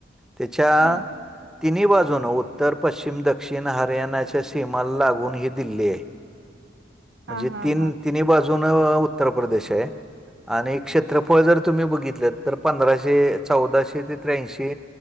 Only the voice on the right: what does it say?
हम्म
हा हा
हा